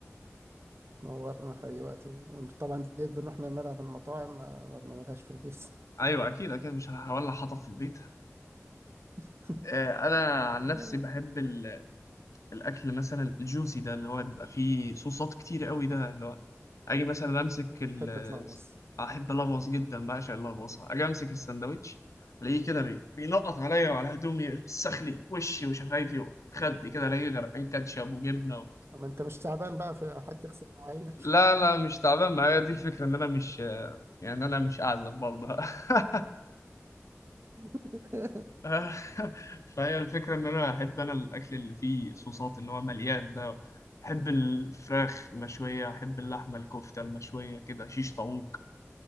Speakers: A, on the right; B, on the left.
A: تنورنا في أي وقت وطبعا ديت بنروح نعملها في المطاعم ما, ما بنعملهاش في البيت
B: ايوه اكيد اكيد مش هولع حطب في البيت
A: <laughs>
B: آه، انا عن
A: والله
B: نفسي بحب ال- الاكل مثلا الجوسي ده اللي هو بيبقى فيه صوصات كتير قوي ده اللي هو اجي مثلا امسك
A: بتحب
B: ال
A: تلغوص
B: احب الغوص جدا بعشق اللغوصه اجي امسك الساندوتش الاقيه كده بي... بينقط عليا وعلى هدومي يوسخ لي وشي وشفايفي وخدي كده الاقيه غرقان كاتشب وجبنه و...
A: أما أنت مش تعبان بقى في حد يغسل مواعينك
B: لا لا مش تعبان معايا دي الفكره ان انا مش يعني انا مش اعزب برضه <laughs>
A: <laughs>
B: آه، <laughs> فهي الفكرة إن أنا أحب أنا الأكل اللي فيه صوصات اللي هو مليان ده أحب الفراخ المشوية أحب اللحمة الكفتة المشوية كده شيش طاووق